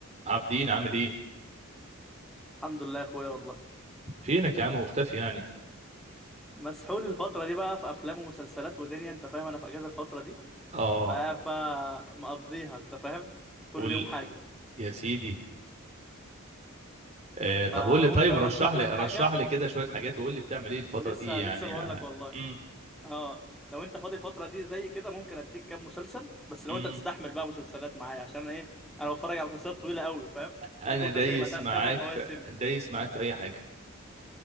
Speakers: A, on the right; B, in the centre.
A: عابدين عامل ايه
B: الحمد لله يا اخويا والله
A: فينك يا عم مختفي يعني
B: مسحول الفترة دي بقى في افلام ومسلسلات ودنيا انت فاهم انا في اجازة الفترة دي
A: اه
B: فقاعد بقى مقضيها انت فاهم كل
A: قول
B: يوم حاجة
A: يا سيدي آه طب
B: فممكن
A: قول لي طيب
B: ارشح
A: رشح لي
B: لك حاجة
A: رشح لي كده شويه حاجات وقول لي بتعمل ايه الفتره
B: لسه
A: دي يعني
B: لسه بقول لك والله
A: امم
B: اه لو انت فاضي الفترة دي زي كده ممكن اديك كام مسلسل بس لو
A: امم
B: انت تستحمل بقى مسلسلات معايا عشان أنا ايه انا بتفرج على مسلسلات طويلة قوي فاهم
A: انا
B: ممكن مسلسل
A: دايس
B: يبقى
A: معاك
B: 8 مواسم
A: في دايس معاك في اي حاجه